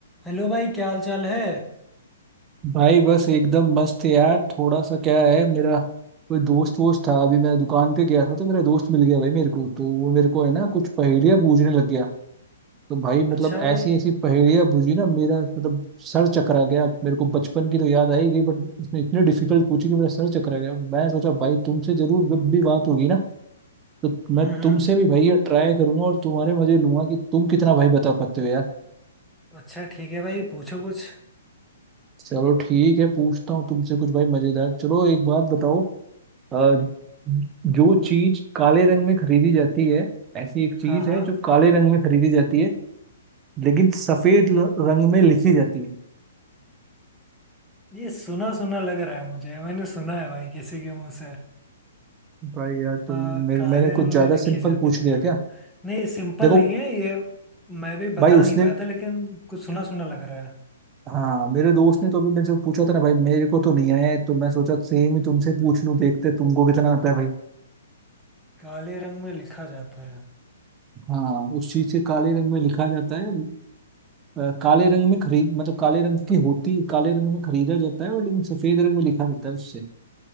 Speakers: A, in the centre; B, on the right.
A: Hello भाई क्या हाल चाल है
B: भाई बस एकदम मस्त है यार थोड़ा सा क्या है मेरा कोई दोस्त वोस्त था अभी मैं दुकान पे गया था तो मेरा दोस्त मिल गया भाई मेरे को तो वो मेरे को है ना कुछ पहेलियां पूछने लग गया तो भाई मतलब
A: अच्छा भाई
B: ऐसी ऐसी पहेलियां पूछी ना मेरा मतलब सर चकरा गया मेरे को बचपन की तो याद आई गई बट उसने इतनी डिफिकल्ट पूछी कि मेरा सर चकरा गया मैं सोचा भाई तुमसे जरूर जब भी बात होगी ना तो मैं
A: हम्म हम्म
B: तुमसे भी भाई ये ट्राई करूंगा और तुम्हारे मजे लूंगा कि तुम कितना भाई बता पाते हो यार
A: अच्छा ठीक है भाई पूछो कुछ
B: चलो ठीक है पूछता हूँ तुमसे कुछ भाई मजेदार चलो एक बात बताओ अ, जो चीज काले रंग में खरीदी जाती है ऐसी एक चीज
A: हाँ हाँ
B: है जो काले रंग में खरीदी जाती है लेकिन सफेद ल- रंग में लिखी जाती है
A: ये सुना सुना लग रहा है मुझे मैंने सुना है भाई किसी के मुंह से
B: भाई यार तुम
A: आ,
B: मेरे,
A: काले
B: मैंने कुछ
A: रंग
B: ज्यादा
A: में लिखी
B: सिंपल
A: जाती
B: पूछ
A: है
B: लिया क्या
A: नहीं सिंपल
B: देखो
A: नहीं है ये मैं भी बता
B: भाई उसने
A: नहीं पाया था लेकिन कुछ सुना सुना लग रहा है
B: हाँ मेरे दोस्त ने तो अभी मेरे से पूछा था ना भाई मेरे को तो नहीं आया है तो मैं सोचा सेम ही तुमसे पूछ लूं देखते तुमको कितना आता है भाई
A: काले रंग में लिखा जाता है
B: हाँ उस चीज से काले रंग में लिखा जाता है अ, काले रंग में खरीद मतलब काले रंग की होती काले रंग में खरीदा जाता है और लेकिन सफेद रंग में लिखा जाता है उससे